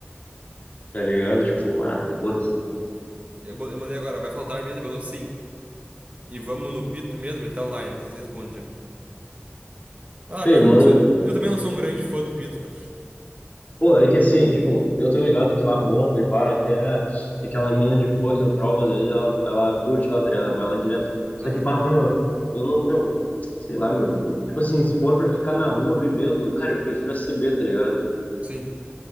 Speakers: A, on the left; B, on the right.
A: tá ligado? Tipo, ah, foda-se.
B: Eu, bo- eu mandei agora, vai faltar mesmo? Ele botou sim. E vamos no Pito mesmo? Ele tá online, não sei se responde já. Ah,
A: Feio,
B: pior que
A: manda.
B: eu não sou. Eu também não sou um grande fã do Pito, meu.
A: Pô, é que assim, tipo, eu tô ligado que lá bomba e para até aquela mina de pô que eu trovo, às vezes ela, ela curte lá, tá ligado? Ela vai lá direto. Só
B: Aham,
A: que, pá, meu, eu não, meu, sei lá, meu. Tipo assim, se for pra ficar na rua bebendo, cara, eu prefiro a CB, tá ligado?
B: sim.